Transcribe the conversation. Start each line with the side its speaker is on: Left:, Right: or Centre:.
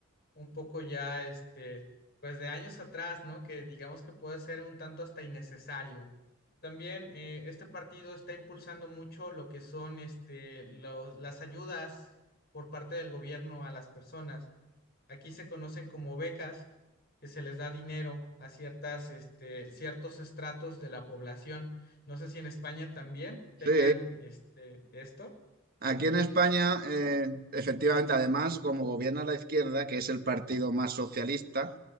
Left: un poco ya, este, pues de años atrás, ¿no? Que digamos que puede ser un tanto hasta innecesario. También eh, este partido está impulsando mucho lo que son, este, los- las ayudas por parte del gobierno a las personas. Aquí se conocen como becas, que se les da dinero a ciertas, este, ciertos estratos de la población. No sé si en España también
Right: Sí,
Left: tengan este, esto.
Right: Aquí en España, eh, efectivamente, además, como gobierna la izquierda, que es el partido más socialista,